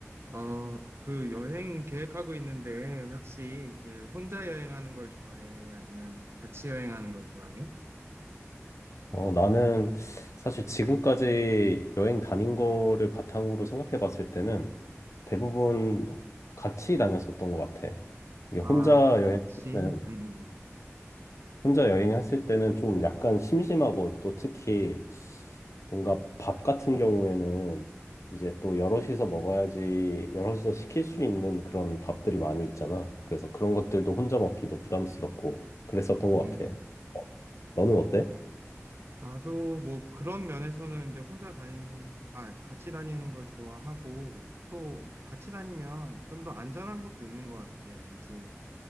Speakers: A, on the right (about 55°); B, on the left (about 75°).
A: 어, 그 여행 계획하고 있는데 혹시 그 혼자 여행하는 걸 좋아해? 아니면 같이 여행하는 걸 좋아해?
B: 어, 나는 사실 지금까지 여행 다닌 거를 바탕으로 생각해 봤을 때는 대부분 같이 다녔었던 것 같아. 이게
A: 아,
B: 혼자 여행은,
A: 같이? 음,
B: 혼자 여행했을 때는 좀 약간 심심하고 또 특히 뭔가 밥 같은 경우에는 이제 또 여럿이서 먹어야지, 여럿이서 시킬 수 있는 그런 밥들이 많이 있잖아. 그래서 그런 것들도 혼자 먹기도 부담스럽고 그랬었던
A: 음.
B: 것
A: 음.
B: 같아. 너는 어때?
A: 나도 뭐 그런 면에서는 이제 혼자 다니는, 아, 같이 다니는 걸 좋아하고 또 같이 다니면 좀 더 안전한 것도 있는 것 같아. 왠지